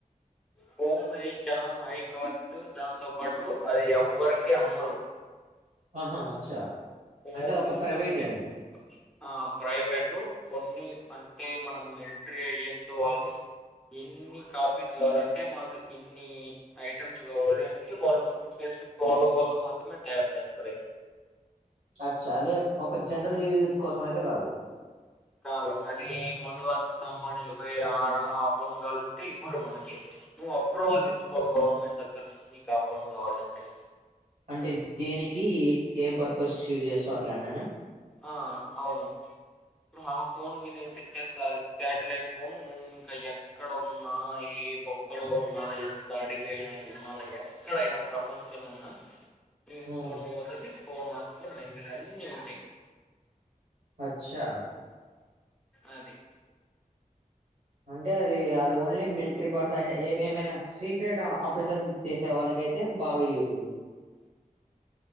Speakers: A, in the centre; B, on the right.
A: ఫోన్లయి చానా హైకాస్ట్ దాంతో పాటు అయి ఎవ్వరికి అమ్మరు.
B: ఆహా అచ్చా అంటే
A: ఓన్లీ
B: ఒక
A: స్పెసిఫిక్
B: ప్రైవేట్ అని
A: ఆ ప్రైవేటు కొన్ని అంటే మనం మిలిట్రీ ఏజెంట్స్ వాళ్ళు ఇన్ని కాపీస్ కావాలంటే మాకు ఇన్ని ఈ ఐటెమ్స్ కావాలి అంటే వాళ్ళు <inaudible> వాళ్ళ కోసం మాత్రమే తయారు చేస్తారు అయి.
B: అచ్చా అదే ఒక జనరల్ యూజ్ కోసం అయితే కాదు.
A: కాదు అది మనలాంటి సామాన్యులపై ఆ ఆఫోన్ కావాలంటే ఇవ్వరు మనకి. నువ్వు అప్రూవల్ తేచ్చుకోవాలి గవర్నమెంట్ దగ్గర నుంచి నీకు ఆ ఫోన్ కావాలంటే.
B: అంటే దేనికి ఏం పర్పస్ యూజ్ చేస్తావ్ అట్లానేనా?
A: ఆ అవును ఇప్పుడు ఆ ఫోన్ గినాఐతే. చెప్పాలి. శాటిలైట్ ఫోన్ నువ్ ఇంకా ఎ ఇక్కడ ఉన్నా, ఈ బొక్కలో ఉన్నా ఎంత ఆడికి పోయిన హిమాలయస్ ఎక్కడైనా ప్రపంచంలో ఉన్న మీ
B: ఆ
A: ఫోన్ పోతాది ఫోన్ వస్తాది. మెసేజ్ అన్నీ ఉంటాయి.
B: అచ్చా
A: అది
B: అంటే అది అది ఓన్లీ మిలిట్రీ పర్సన్ అంటే ఏమైనా సీక్రెట్ ఆపరేషన్ చేసే వాళ్ళకైతే బాగా యూజు.